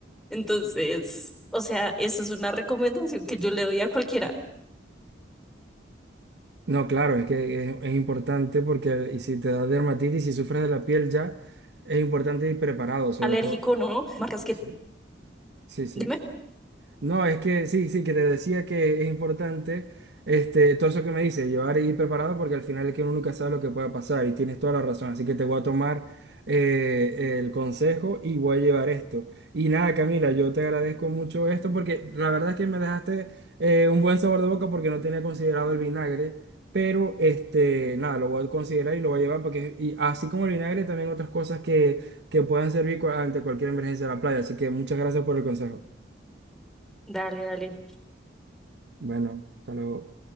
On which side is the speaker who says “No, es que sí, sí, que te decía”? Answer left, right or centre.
Right